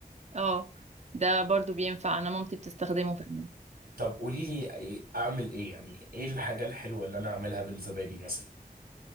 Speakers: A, on the right (about 45°); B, on the right (about 85°).
A: اه ده برضو بينفع انا مامتي بتستخدمه فعلا
B: طب قولي لي إيه- اعمل ايه يعني ايه الحاجه الحلوه اللي انا اعملها بالزبادي مثلا